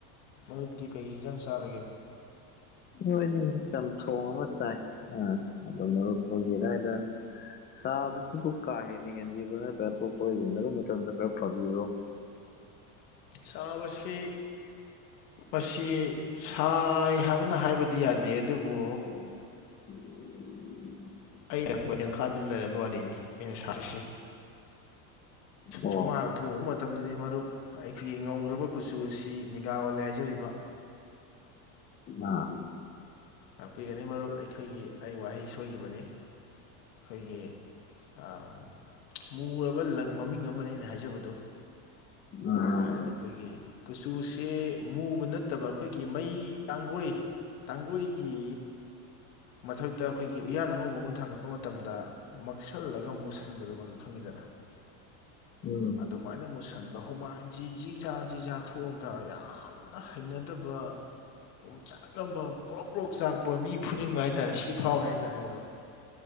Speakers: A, on the left (about 80°); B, on the left (about 20°).
A: ꯃꯔꯨꯞꯇꯤ ꯀꯩ ꯏꯟꯖꯥꯡ ꯆꯥꯔꯒꯦ
B: ꯈꯣꯏꯗꯤ ꯆꯝꯊꯣꯡ ꯑꯃ ꯆꯥꯏ ꯑ ꯑꯗꯣ ꯃꯔꯨꯞ ꯀꯣꯏꯒꯦꯗꯥꯏꯗ ꯁꯥꯕꯁꯤꯕꯨ ꯀꯥ ꯍꯦꯟꯅ ꯍꯦꯟꯕꯤꯕ꯭ꯔꯥ ꯅꯠꯇ꯭ꯔꯒ ꯑꯇꯣꯞꯄ ꯌꯦꯡꯅꯔꯨꯕ ꯃꯇꯝꯗ ꯈꯔ ꯐꯕꯤꯔꯣ
A: ꯆꯥꯕꯁꯤ ꯃꯁꯤ ꯁꯥꯏ ꯍꯥꯏꯕꯅ ꯍꯥꯏꯕ ꯇꯗꯤ ꯌꯥꯗꯦ ꯑꯗꯨꯕꯨ
B: <unintelligible>
A: ꯑꯩꯅ ꯑꯩꯈꯣꯏ ꯇꯦꯟꯈꯥꯜꯗ ꯂꯩꯔꯝꯕ ꯋꯥꯔꯤꯅꯤ ꯑꯩꯅ ꯁꯥꯔꯤꯁꯤ
B: ꯑꯣ
A: ꯁꯨꯃ ꯑꯊꯨꯕ ꯃꯇꯝꯗꯗꯤ ꯃꯔꯨꯞ ꯑꯩꯈꯣꯏꯒꯤ ꯉꯧꯈ꯭ꯔꯕ ꯀꯨꯆꯨ ꯑꯁꯤ ꯅꯤꯒꯥꯋꯜꯂꯦ ꯍꯥꯏꯖꯔꯤꯕ
B: ꯑꯥ
A: ꯇꯥꯛꯄꯤꯒꯅꯤ ꯃꯔꯨꯞ ꯑꯩꯈꯣꯏꯒꯤ ꯑꯩ ꯋꯥꯍꯩ ꯁꯣꯏꯈꯤꯕꯅꯤ ꯑꯩꯈꯣꯏꯒꯤ ꯑꯥ ꯃꯨꯔꯕ ꯂꯪ ꯃꯃꯤꯡ ꯑꯃꯅꯦ ꯑꯩꯅ ꯍꯥꯏꯖꯕꯗꯨ
B: ꯑꯥ
A: ꯑꯗ ꯑꯩꯈꯣꯏꯒꯤ ꯀꯨꯆꯨꯁꯦ ꯃꯨꯕ ꯅꯠꯇꯕ ꯑꯩꯈꯣꯏꯒꯤ ꯃꯩ ꯇꯥꯡꯒꯣꯏ ꯀꯥꯡꯒꯣꯏꯒꯤ ꯃꯊꯛꯇ ꯑꯩꯈꯣꯏꯒꯤ ꯎꯌꯥꯟ ꯑꯉꯧꯕ ꯑꯃ ꯊꯥꯡꯒꯠꯄ ꯃꯇꯝꯗ ꯃꯛꯁꯜꯂꯒ ꯃꯨꯁꯤꯟꯕꯗꯨꯣ ꯃꯔꯨ ꯈꯪꯉꯤꯗꯅ
B: ꯎꯝ
A: ꯑꯗꯨ ꯁꯨꯃꯥꯏꯅ ꯃꯨꯁꯟꯕ ꯍꯨꯃꯥꯏꯟꯁꯤꯖꯤ ꯖꯤꯖꯥ ꯖꯤꯖꯥ ꯊꯣꯛꯑꯒ ꯌꯥꯝ ꯐꯟꯅ ꯍꯩꯅꯗꯕ ꯄꯣ ꯆꯥꯛꯅꯕ ꯄꯣꯔꯣꯛ ꯄꯣꯔꯣꯛ ꯆꯥꯛꯄ ꯃꯤ ꯐꯨꯅꯤꯡꯕ ꯍꯥꯏ ꯍꯥꯏꯇꯥꯔꯦ ꯁꯤ ꯐꯥꯎꯋꯦ ꯍꯥꯏꯇꯥꯔꯦ ꯃꯔꯨꯞ